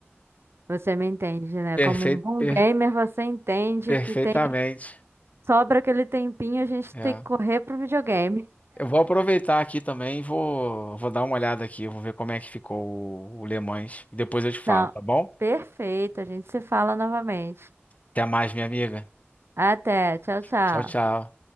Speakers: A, on the right (about 65°); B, on the left (about 35°).
A: Você me entende, né?
B: Perfeito,
A: Como um bom
B: per-
A: gamer, você entende
B: perfeitamente.
A: que tem sobra aquele tempinho, a gente
B: É.
A: tem que correr pro videogame.
B: Eu vou aproveitar aqui também, e vou, vou dar uma olhada aqui, eu vou ver como é que ficou o, o Le Mans. Depois eu te falo,
A: Não,
B: tá bom?
A: perfeito, a gente se fala novamente.
B: Até mais, minha amiga.
A: Até, tchau, tchau.
B: Tchau, tchau.